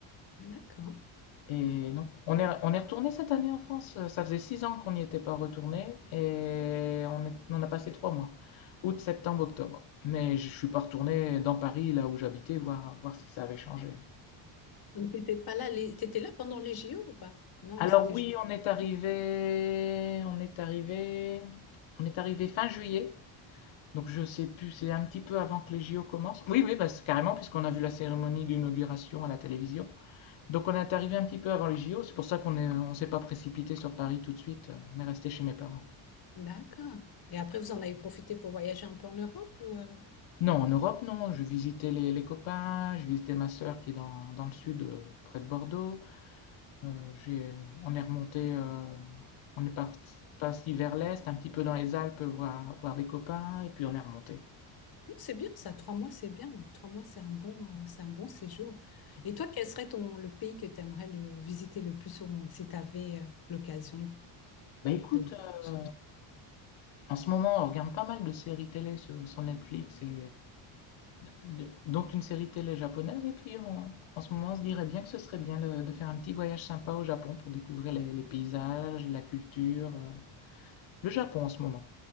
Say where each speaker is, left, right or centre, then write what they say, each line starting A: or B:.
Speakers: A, on the left (about 45°); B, on the left (about 65°).
A: D'accord.
B: Et non, on est, on est retourné cette année en France. Ça faisait six ans qu'on n'y était pas retourné et on, est- on a passé trois mois, août, septembre, octobre. Mais je suis pas retourné dans Paris, là où j'habitais, voir, voir si ça avait changé.
A: Donc, tu n'étais pas là. les- Tu étais là pendant les JO ou pas? Non,
B: Alors
A: c'était...
B: oui,
A: ju-
B: on est arrivé, on est arrivé, on est arrivé fin juillet. Donc je sais plus, c'est un petit peu avant que les JO commencent. Oui, oui, bah, c'est carrément, puisqu'on a vu la cérémonie d'inauguration à la télévision. Donc on est arrivé un petit peu avant les JO. C'est pour ça qu'on est, on s'est pas précipité sur Paris tout de suite. On est resté chez mes parents.
A: D'accord. Et après, vous en avez profité pour voyager un peu en Europe ou... euh,
B: Non, en Europe, non. Je visitais les, les copains, je visitais ma sœur qui est dans, dans le sud, euh, près de Bordeaux. Euh, j'ai- on est remonté, euh, on est parti, parti vers l'est, un petit peu dans les Alpes, voir, voir des copains, et puis on est remonté.
A: C'est bien ça, trois mois, c'est bien. Trois mois, c'est un bon, euh, c'est un bon séjour. Et toi, quel serait ton, le pays que tu aimerais le, visiter le plus au monde si tu avais l'occasion
B: Bah écoute,
A: de voyager?
B: euh, en ce moment, on regarde pas mal de séries télé sur, sur Netflix, et de- dont une série télé japonaise, et puis on- en ce moment, on se dirait bien que ce serait bien de, de faire un petit voyage sympa au Japon pour découvrir les, les paysages, la culture, euh, le Japon en ce moment.